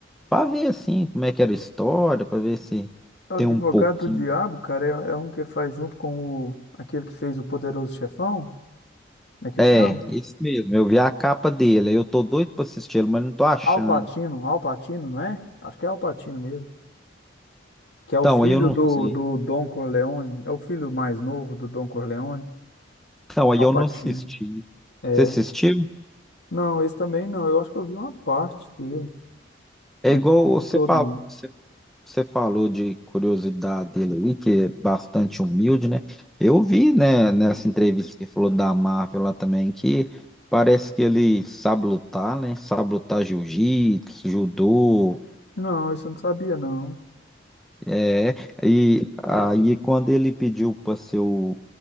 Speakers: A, in the centre; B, on the left.
A: para ver assim como é que era a história, para ver se
B: É O advogado
A: tem um pouquinho.
B: do diabo, cara, é, é um que faz junto com o, aquele que fez o Poderoso Chefão, como é que
A: É,
B: chama?
A: isso mesmo. Eu vi a capa dele, aí eu tô doido para assistir ele, mas não tô achando.
B: Al Pacino, Al Pacino, não é? Acho que é Al Pacino mesmo. Que é o
A: Então,
B: filho
A: aí eu não
B: do,
A: sei.
B: do Don Corleone, é o filho mais novo do Don Corleone,
A: Então, aí
B: Al
A: eu
B: Pacino.
A: não assisti.
B: É.
A: Você assistiu?
B: Não, esse também não, eu acho que eu vi uma parte dele,
A: É
B: mas
A: igual
B: não vi
A: você
B: todo,
A: falou,
B: não.
A: Você falou de curiosidade dele aí, que é bastante humilde, né? Eu vi, né, nessa entrevista que falou da Marvel lá também, que parece que ele sabe lutar, né? Sabe lutar jiu-jitsu, judô,
B: Não, isso eu não sabia, não.
A: é, e aí quando ele pediu para ser o